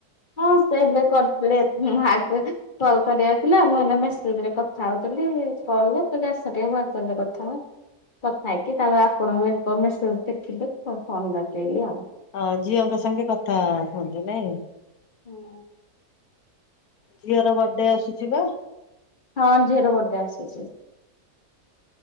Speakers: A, on the left; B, on the left.
A: ହଁ ସେଇ କରିଥିଲେ ଆଗ କଲ୍ କରିବାକୁ ଥିଲା ମୁଁ ଏଇନା ମେସେଜରେ କଥା ହଉଥିଲି କଲ କହିଲି ଆସ ଟିକେ ମେସେଜରେ କଥା ହବା। କଥା ହେଇକି ତାପ ଆପଣଙ୍କୁ ମେସେଜ ଦେଖିଲି ଫୋନ ଲଗେଇଲି ଆଉ।
B: ହଁ ଝିଅଙ୍କ ସାଙ୍ଗେ କଥା ହଅନ୍ତି ନାଇଁ?
A: ହୁଁ
B: ଝିଅର ବର୍ଡେ ଆସୁଛି ପା।
A: ହଁ ଝିଅର ବର୍ଡ଼େ ଆସୁଛି।